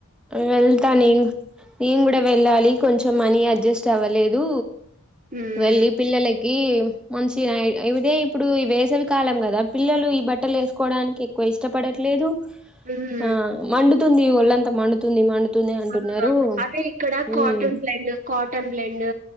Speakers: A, in the centre; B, on the right.
A: వెళ్తా న నేను కూడా వెళ్ళాలి కొంచెం మనీ అడ్జస్ట్ అవ్వలేదు
B: హ్మ్.
A: వెళ్ళి పిల్లల కి మంచి ఇదే ఇప్పుడు ఈ వేసవి కాలం కదా పిల్లలు ఈ బట్టలు వేసుకోవడానికి ఎక్కువ ఇష్ట పడట్లేదు
B: హ్మ్.
A: ఆ మడుతుంది ఒళ్ళంతా మండుతుంది మండుతుంది అంటున్నారు
B: ఆ అదే ఇక్కడ కాటన్
A: ఉమ్
B: ప్లడ్ కాటన్ టన్ బ్లెండ్